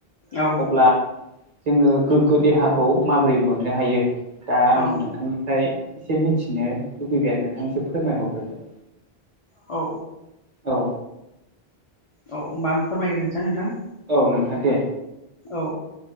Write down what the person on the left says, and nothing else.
औ।
औ
औ।
औ होमबा आं फोरमायग्रोनोसै नोंथां।
औ